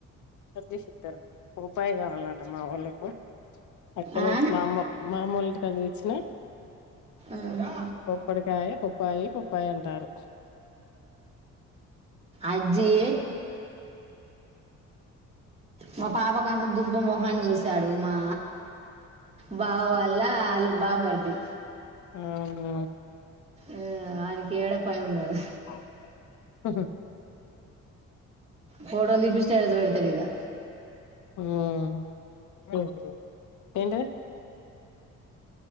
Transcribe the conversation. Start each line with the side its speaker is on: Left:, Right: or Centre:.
Left: చబ్ది సిత్తరు ఒ ప్పయి కావాల్ నాకు మా ఒళ్ళకు అట్టలేసి
Right: ఆ?
Left: మామూ మామూలుగా సదివిచ్చినా
Right: ఆహా.
Left: పొప్పడికాయ పొప్పాయి పొప్పాయి అంటారు.
Right: అజ్జి మా పాపకు అంత దుబ్బ మొహన్ని పూసాడు మా బావ వాళ్ళ ఆళ్ళ బావమర్ది.
Left: అవునా.
Right: ఉమ్ ఆనికి ఏడ పని ఉండదు.
Left: హ హుహ్
Right: ఫోటోలు తీపిస్తే ఎజబెడతడిగా
Left: ఉమ్ <inaudible> ఏంటది.